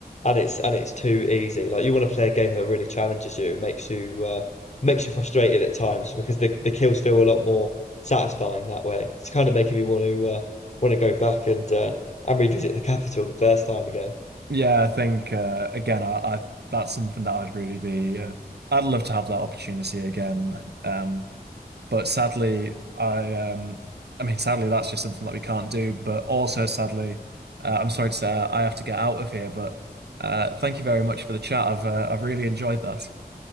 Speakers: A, on the left; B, on the right.
A: and it's and it's too easy. Like you want to play a game that really challenges you, makes you uh, makes you frustrated at times because the, the kills feel a lot more satisfying that way. It's kind of making me want to uh, want to go back and uh, and revisit the capital the first time again. <laughs>
B: Yeah, I think uh, again, I, I that's something that I'd really be. Uh, I'd love to have that opportunity again. Um, but sadly, I um, I mean, sadly, that's just something that we can't do. But also, sadly, uh, I'm sorry to say, I have to get out of here. But uh, thank you very much for the chat. I've uh, I've really enjoyed that.